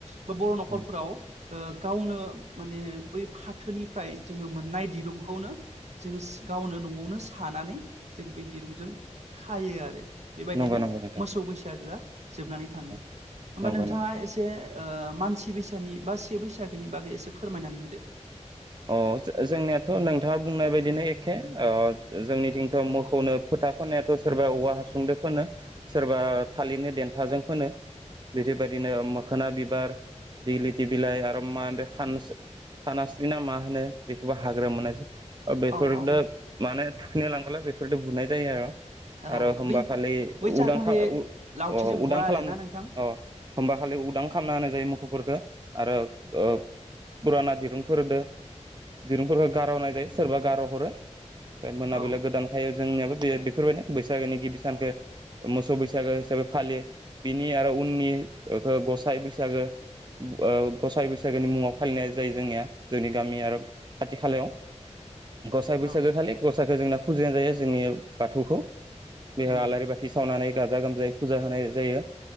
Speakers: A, on the right (about 65°); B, on the right (about 40°).
A: बो बर' न'खरफोराव
B: उम
A: ओ गावनो माने बै फाथोनिफ्राय जोङो मोननाय दिरुंखौनो जोङोस गावनो न'आवनो सानानै जों बे दिरुंजों खायो आरो बेबायदिनो
B: नंगौ नंगौ नोंथां
A: मोसौ बैसागोआ जोबनानै
B: उम
A: थाङो होमबा
B: नंगौ
A: नोंथाङा
B: नंगौ
A: एसे ओ मानसि बैसानि बा से बैसागोनि बागै एसे फोरमायनानै होदो।
B: अ जों जोंनियाथ' नोंथाङा बुंनाय बायदिनो एखे अ जोंनिथिंथ' मोखौनो फोथा फोननायाथ' सोरबा औवा हासुंदो फोनो सोरबा थालिरनि देन्थाजों फोनो बिदिबायदिनो मोखोना बिबार दैलिथि बिलाइ आरो मा होनदो खानस खाना सोना मा होनो बेखौबो हाग्रो मोनासै बेफोरनो
A: औ औ
B: माने थुखैनाय लांबोला बेफोरदो बुनाय जायो
A: औ
B: आरो होमबा
A: बै
B: खालि
A: बै सानखालि
B: उदां खा अ
A: लावथिजों बुवा
B: उदां
A: आरोना
B: खालामनो
A: नोंथां
B: अ होमबा खालि उदां खामना होनाय जायो मोखफोरखो आरो ओ पुराना दिरुं दिरुंफोरखौ गार'नाय जायो सोरबा गार'हरो। ओ मोनाबिलियाव
A: औ
B: गोदानखायो जोंनियाबो। बे बेफोरबायदिनो बैसागोनि गिबि सानखो मोसौ बैसागो हिसाबै फालियो बिनि आरो उननिखौ गसाइ बैसागो ओ गसाइ बैसागोनि मुङाव फालिनाय जायो जोंनिया। जोंनि गामि आरो खाथि खालायाव। गसाइ बैसागो
A: औ
B: खालि गसाइखो जोंना फुजिनाय जायो जोंनि बाथौखौ। बेयाव
A: नंगौ
B: आलारि बाथि सावनानै गाजा गोमजायै फुजा होनाय जायो